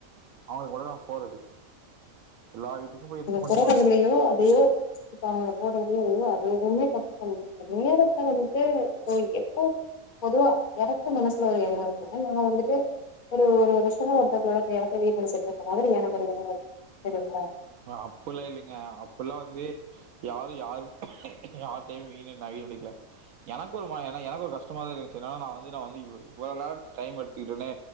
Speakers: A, on the right; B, on the left.
A: அவங்களுக்கு மட்டுதா போறது எல்லா வீட்டுக்கு போய் முடியுமா?
B: போறதுல்லயோ அதையோ இப்ப அங்க போறதையே அதையே அதைய எதுவுமே தப்பு சொல்ல முடியாது நேரத்த வந்துட்டு எப்போ பொதுவா எனக்கு மனசுல ஒரு எல்லா இருக்குன்ன நா வந்துட்டு ஒரு ஒரு வருஷோ ஒருத்தத்தோட தேலத்த வீட்டு அடிச்சுட்டு இருக்க அவரு எனக்கு தெரியாது தெரிங்ளா
A: அப்பில்லா இல்லங்க அப்பில்லா வந்து யாரு யாரு யார் டைமூ வீணு நா வீணடிக்கல எனக்கு ஒரு மன அனா எனக்கு ஒரு கஷ்டமா தா இருந்துச்சு <unintelligible> நா வந்து நா வந்து இவு இவ்ள நேரோ டைம் எடுத்துக்கிட்டனே